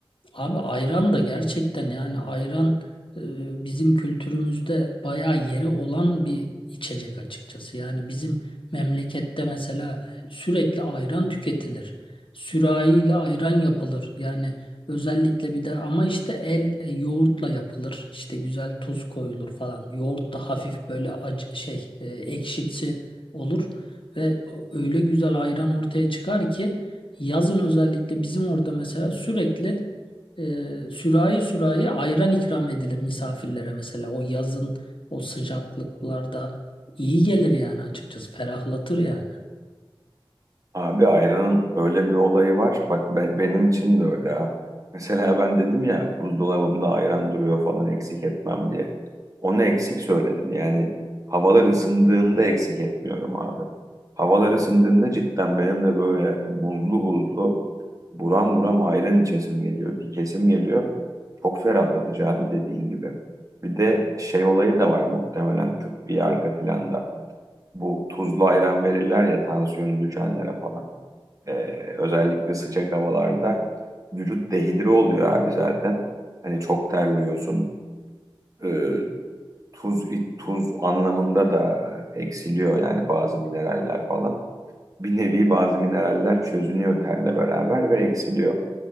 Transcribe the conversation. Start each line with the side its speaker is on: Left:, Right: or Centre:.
Left: Abi ayran da gerçekten yani ayran e, bizim kültürümüzde bayağı yeri olan bir içecek açıkçası. Yani bizim memlekette mesela sürekli ayran tüketilir. Sürahiyle ayran yapılır. Yani özellikle bir de ama işte el e, yoğurtla yapılır. İşte güzel tuz koyulur falan. Yoğurt da hafif böyle acı şey e, ekşimsi olur ve öyle güzel ayran ortaya çıkar ki yazın özellikle bizim orada mesela sürekli e, sürahi sürahi ayran ikram edilir misafirlere mesela. O yazın o sıcaklıklarda iyi gelir yani açıkçası. Ferahlatır yani.
Right: Abi ayranın öyle bir olayı var. Bak be- benim için de öyle ha. Mesela ben dedim ya buzdolabımda ayran duruyor falan eksik etmem diye. Onu eksik söyledim. Yani havalar ısındığında eksik etmiyorum abi. Havalar ısındığında cidden benim de böyle buzlu buzlu Buram buram ayran içesim geliyor, dikesim geliyor. Çok ferahlatıcı abi dediğin gibi. Bir de şey olayı da var muhtemelen tıbbi arka planda. Bu tuzlu ayran verirler ya tansiyonu düşenlere falan. Ee, özellikle sıcak havalarda vücut dehidre oluyor abi zaten. Hani çok terliyorsun. Ee, tuz tuz anlamında da eksiliyor yani bazı mineraller falan. Bir nevi bazı mineraller çözünüyor terle beraber ve eksiliyor.